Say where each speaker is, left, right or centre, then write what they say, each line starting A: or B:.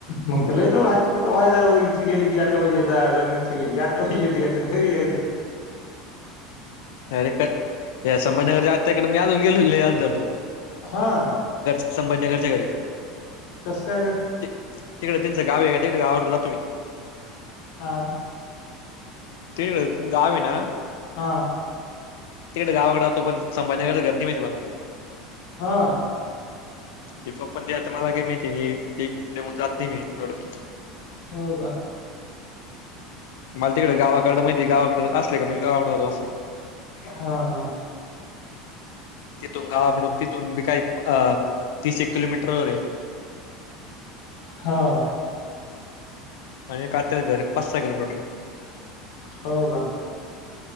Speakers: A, on the left (about 60°); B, on the left (about 80°).
A: मगत लै जवळ हाय्च कवाय जाय व्हय. थं गेलकी आत्त्याबाईच्यात जायंच आणि इथं गेलकी या आत्याबाईच्यात यायचं अन् घरी यायचं.
B: अरे क् या संभाजीनगरच्या आत्याकडे मी अजून गेलेलो नइ आज जातो.
A: हां?
B: संभाजीनगरच्या घरी
A: काय गड्या
B: ती् तिकडं त्यांचं गावेका तिकडं गावाकडं जा तुम्ही?
A: हां.
B: तिक्डं गावेना
A: हां.
B: तिकडे गावाकडे राहतो पण संभाजण्याकर गर्दी माहितीुम्हाला
A: हा
B: ते पप्पण ते आता मला काही माहिती तेन जात नाही मी तेवढं
A: हो का
B: मला तिकडे गावाकड माहिती गावाकड असले का मी गावाकडतो असे
A: हा हा
B: तिथून गावाकडून तिथून मी काही अ ति किलोमीटर वर
A: हा
B: आणि काात्याच घर पाच सहा किलोमीटर
A: हो का